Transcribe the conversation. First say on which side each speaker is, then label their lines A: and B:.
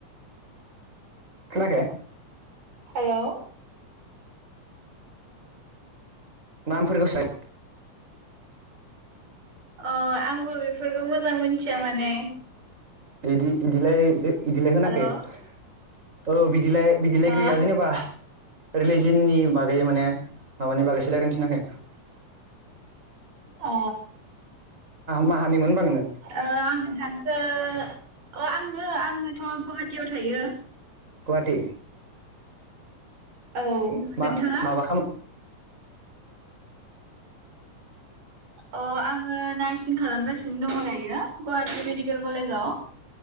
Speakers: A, on the right; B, on the right.
A: खोनायाखै?
B: हेलौ
A: नामफोरखौसो
B: ओ आंबो बेफोरखौ मोजां मोनथिया माने
A: बिदि बिदिलाय इदिलाय होनाखै
B: हेल' ओ
A: औ बिदि बिदिलाय बिदिलाय
B: ओ
A: गैया जेनेबा रिलिजननि बागै माने माबानि बागैसो रायलायनो नायाखै
B: अ' ओ
A: माहानिमोन होनबा नोङो
B: आं नोंथांखो अ आङो आङोथ' गुवाहाटियाव थायो।
A: गुवाहाटि
B: औ नोंथाङा
A: मा माबा खालामो!
B: अ आङो नार्सिं खालामगासिनो दङ दायो। गुवाहाटी मेडिकेल कलेजाव!